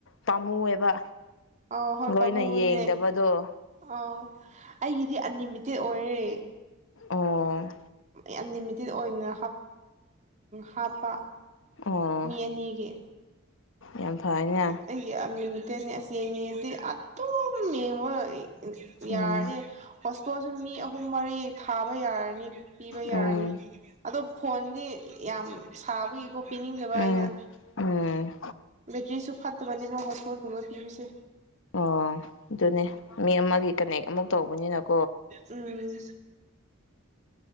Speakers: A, on the left (about 65°); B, on the right (about 35°).
A: ꯄꯥꯝꯃꯨꯑꯦꯕ
B: ꯑ ꯍꯣꯏ
A: ꯂꯣꯏꯅ
B: ꯄꯕ
A: ꯌꯦꯡꯗꯕꯗꯣ
B: ꯃꯅꯦ ꯑ ꯑꯩꯒꯤꯗꯤ ꯑꯟꯂꯤꯃꯤꯇꯦꯠ ꯑꯣꯏꯔꯦ
A: ꯑꯣ
B: ꯌꯥꯝ ꯂꯤꯃꯤꯇꯦꯠ ꯑꯣꯏꯅ ꯍꯥꯞꯄ
A: ꯑꯣ
B: ꯃꯤ ꯑꯅꯤꯒꯤ
A: ꯌꯥꯝ ꯐꯩꯅ
B: ꯑꯗꯨ ꯦꯅꯤ ꯑꯁ ꯌꯦꯡꯉꯤꯗꯤ ꯑꯗꯨꯝ ꯌꯦꯡꯕ
A: ꯎꯝ
B: ꯌꯥꯔꯅꯤ ꯍꯣꯁꯄꯤꯇꯥꯣꯜꯁꯨ ꯃꯤ ꯑꯍꯨꯝ ꯃꯔꯤ ꯊꯥꯕ ꯌꯥꯔꯅꯤ ꯄꯤꯕ ꯌꯥꯔꯅꯤ
A: ꯎꯝ
B: ꯑꯗꯣ ꯐꯣꯟꯗꯤ ꯌꯥꯝ ꯁꯥꯕꯒꯤꯀꯣ ꯄꯤꯅꯤꯡꯗꯕ
A: ꯎꯝ
B: ꯑꯩꯅ
A: ꯎꯝ
B: ꯀꯔꯤꯁꯨ ꯐꯠꯇꯕꯅꯦꯕꯣ ꯍꯣꯁꯣꯔꯒꯨꯝꯕ ꯄꯤꯕꯤꯁꯦ
A: ꯑꯣ ꯑꯗꯨꯅꯦ ꯃꯤ ꯑꯃꯒꯤ ꯀꯅꯦꯛ ꯑꯃꯨꯛ ꯇꯧꯕꯅꯤꯅꯀ
B: ꯎꯝ